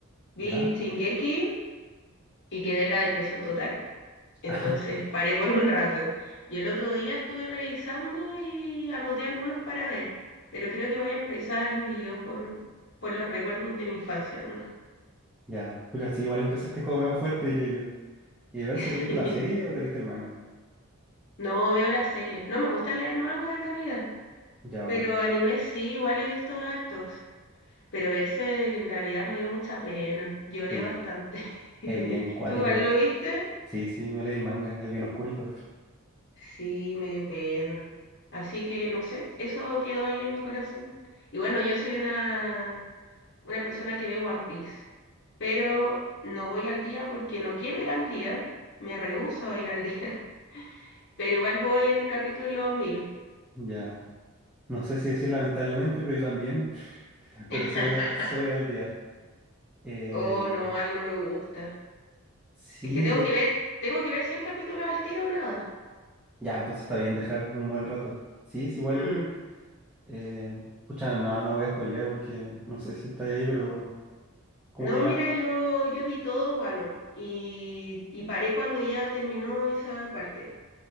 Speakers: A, on the left; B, in the centre.
A: vi
B: ¿Ya?
A: Shingeki y quedé en la depresión total. Entonces
B: <laughs>
A: paré por un rato. Y el otro día estuve revisando y anoté algunos para ver. Pero creo que voy a empezar Yu-Gi-Oh por, por los recuerdos de mi infancia nomás.
B: Ya. Pucha, sí, igual empezaste como medio fuerte, diré yo. ¿Y a ver
A: <laughs>
B: si viste la serie o te leíste el manga?
A: No veo las series. No me gusta leer manga en realidad.
B: Ya,
A: Pero
B: ok.
A: anime sí, igual he visto hartos. Pero verse en realidad me dio mucha pena. Lloré
B: Sí,
A: bastante. <laughs>
B: es bien cuático.
A: ¿Tú igual
B: eh.
A: lo viste?
B: Sí, sí, me leí el manga, es bien oscurito.
A: Sí, me dio pena. Así que no sé, eso quedó ahí en mi corazón. Y bueno, yo soy una una persona que ve One Piece, pero no voy al día porque no quiero ir al día, me rehúso a ir al día, <laughs> pero igual voy en el capítulo mil.
B: Ya. No sé si decir lamentablemente, pero yo también. <laughs> Pero
A: <laughs>
B: sí voy, a- sí voy al día. Eh,
A: Oh, no, a mí no me gusta.
B: sí,
A: Es que tengo
B: diría.
A: que ver, tengo que ver 100 capítulos al tiro o nada.
B: Ya, entonces está bien dejar un buen rato. Sí, es igual.
A: Mm.
B: Eh, pucha, no, no voy a spoilear porque no sé si está ahí, pero como
A: No,
B: que ya.
A: mira, yo, yo vi todo Guano y, y paré cuando ya terminó esa parte.